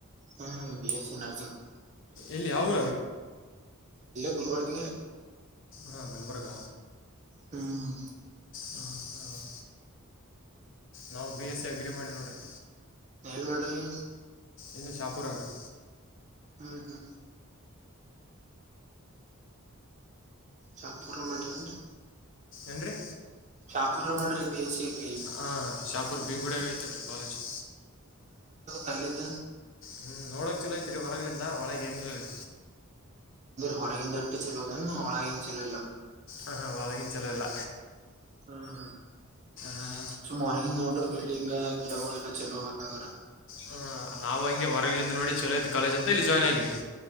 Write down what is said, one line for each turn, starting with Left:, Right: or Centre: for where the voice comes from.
Right: ಹ್ಮ್ ಬಿ ಎಸ್ ಸಿ ನರ್ಸಿಂಗ್
Left: ಎಲ್ಲಿ ಯಾವ ಊರಗ
Right: ಗುಲ್ಬರ್ಗನೆ
Left: ಹಾ ಗುಲ್ಬರ್ಗ
Right: ಹ್ಮ್
Left: ಹಾಂ ಹಾಂ ನಾವು ಬಿ ಎಸ್ ಸಿ ಅಗ್ರಿ ಮಾಡಿ ನೋಡಿರಿ
Right: ಎಲ್ ಮಾಡ್ರಿ
Left: ಇದು ಶಾಪುರಗ್ರೀ
Right: ಹ್ಮ್ ಹ್ಮ ಚಾಪುರ ಮಾಡ್ರೆನ್ರಿ
Left: ಏನ್ರಿ
Right: <unintelligible> ಗ್ರಿ
Left: ಹಾ ಶಾಪುರ್ ಬಿಗುಡಾಗ ಐತಲ್ ರಿ ಕಾಲೇಜು
Right: ಕಾಲೇಜ
Left: ಹ್ಮ್ ನೋಡಕ್ ಚಲೋಐತ್ರಿ ಹೊರಗ್ಲಿಂದ ಒಳಗೆ ಏನಿಲ್ಲರಿ
Right: ಹೊರಗಿನದಟ್ಟ ಚಲೋ ನನ್ನು ಒಳಾಗಿನ್ ಚಲೋ ಇಲ್ಲ
Left: ಹಾ ಒಳಗಿನ್ ಚಲೊ ಇಲ್ಲ
Right: ಹ್ಮ ಹ್ಮ
Left: ಹಾಂ
Right: ಸುಮ್ ಒರಗಿಂದ್ ನೋಡರ್ ಕಿಂಗಲ್ಲ ಗಿಡಗಳೆಲ್ಲ ಚಲೋ <unintelligible>
Left: ಹ ನಾವು ಹಂಗೆ ಹೊರಗಳಿಂದ ನೋಡಿ ಚಲೊ ಐತಿ ಕಾಲೇಜ್ ಅಂತ ಇಲ್ಲಿ ಜಾಯ್ನ್ ಆಗಿವಿ